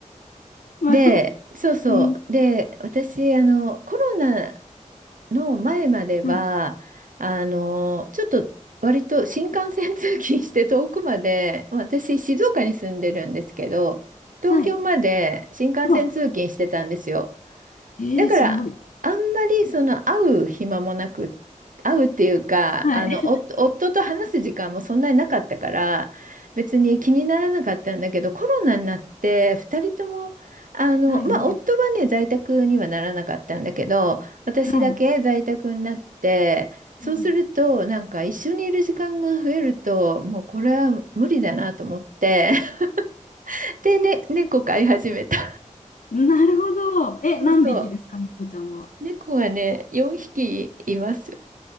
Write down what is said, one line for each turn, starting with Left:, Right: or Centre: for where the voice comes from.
Left: まあ、
Right: で、
Left: でも
Right: そうそう。
Left: うん、
Right: で、私、あの、コロナの前までは、
Left: はい、
Right: あの、ちょっと割と新幹線通勤して遠くまで、<laughs> まあ私、静岡に住んでるんですけど、東京まで新幹線通勤してたんですよ。
Left: はい。うわ、ええすごい。
Right: だから、あんまりその会う暇もなく、会うっていうか、
Left: はい、
Right: あの、お夫と話す時間もそんなになかったから、別に気にならなかったんだけど、コロナになって、2人とも、
Left: <laughs>
Right: あの、
Left: はい、
Right: まあ、
Left: は
Right: 夫はね、在宅にはならなかったんだけど、私だけ在宅になって、
Left: い、はい。
Right: そうすると、
Left: うん
Right: なんか一緒にいる時間が増えると、もうこれは無理だなと思って、<laughs> で、ね、猫飼い始めた。
Left: なるほど。え、
Right: そうそう。
Left: 何匹ですか、猫ちゃんは。
Right: 猫がね、4匹います。